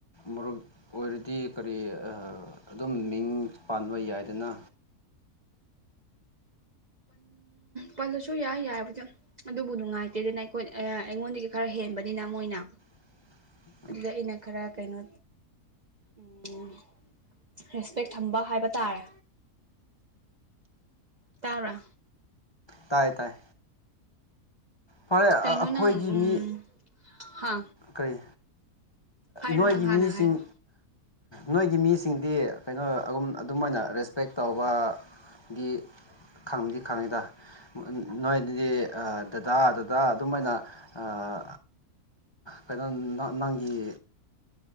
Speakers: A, on the left (about 30°); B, on the right (about 40°).
A: ꯃꯔꯨꯞ ꯑꯣꯏꯔꯗꯤ ꯀꯔꯤ ꯑꯥ ꯑꯗꯨꯝ ꯃꯤꯡ ꯄꯥꯟꯕ ꯌꯥꯏꯗꯅ
B: ꯄꯜꯂꯁꯨ ꯌꯥꯏ ꯌꯥꯏꯕꯨꯗꯤ ꯑꯗꯨꯕꯨ ꯅꯨꯡꯉꯥꯏꯇꯦꯗꯅ ꯑꯩꯈꯣꯏ ꯑꯩꯉꯣꯟꯗꯒꯤ ꯈꯔ ꯍꯦꯟꯜꯂꯤ ꯍꯦꯟꯕꯅꯤꯅ ꯃꯣꯏꯅ
A: <inaudible>
B: ꯑꯗꯨꯗ ꯑꯩꯅ ꯈꯔ ꯀꯩꯅꯣ ꯎꯝ ꯔꯦꯁꯄꯦꯛ ꯊꯝꯕ ꯍꯥꯏꯕ ꯇꯥꯔꯦ ꯇꯕ꯭ꯔꯥ
A: ꯇꯥꯏ ꯇꯥꯏ ꯐꯔꯦ
B: ꯀꯩꯅꯣ
A: ꯑꯩꯈꯣꯏꯒꯤ
B: ꯅꯪ ꯎꯝ
A: ꯃꯤ
B: ꯍꯥ
A: ꯀꯔꯤ
B: ꯍꯥꯏꯔꯣ
A: ꯅꯣꯏꯒꯤ
B: ꯅꯪ ꯍꯥꯟꯅ
A: ꯃꯤꯁꯤꯡ
B: ꯍꯥꯏꯔꯣ
A: ꯅꯣꯏꯒꯤ ꯃꯤꯁꯤꯡꯗꯤ ꯀꯩꯅꯣ ꯑꯗꯨꯨꯝ ꯑꯗꯨꯃꯥꯏꯅ ꯔꯦꯁꯄꯦꯛ ꯇꯧꯕ ꯒꯤ ꯈꯪꯗꯤ ꯈꯪꯉꯤꯗ ꯅꯣꯏꯗꯤ ꯗꯗꯥ ꯗꯗꯥ ꯑꯗꯨꯃꯥꯏꯅ ꯑꯥ ꯀꯩꯅꯣ ꯅꯪꯒꯤ